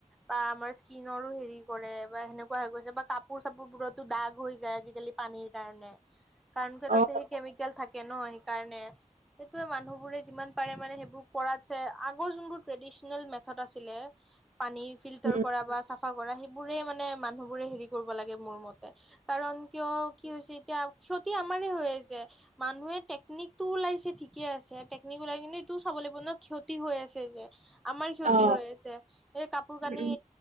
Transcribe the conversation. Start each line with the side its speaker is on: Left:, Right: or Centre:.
Centre: বা আমাৰ স্কিনৰো হেৰি কৰে বা সনে হৈ গৈছে বা কাপোৰ চাপোৰ বোৰতো দাগ হৈ যায় আজিকালি পানীৰ কাৰণে কাৰণ কৈ তাতে
Right: অ
Centre: সেই কেমিকেল থাকে ন সেইকাৰণে সেইটো মানুহবোৰে যিমান পাৰে মানে সেইবোৰ কৰাদ চে আগত যোনটো ট্ৰেদীচনেল মেথৰ আছিলে পানী ফিল্টাৰ
Right: উম
Centre: কৰা বা চাফা কৰা সেইবোৰে মানে মানুহবোৰে হেৰি কৰিব লাগে মোৰ মতে কাৰণ কিয় কি হৈছে এতিয়া ক্ষতি আমাৰে হৈ আছে মানুহে টেকনিক টো ওলাইছে ঠিকে আছে টেকনিক ওলাই কিনে টো চাব লাগিব ন ক্ষতি হৈ আছে যে আমাৰ ক্ষতি
Right: অ
Centre: হৈ আছে এই কাপোৰ কানি
Right: উম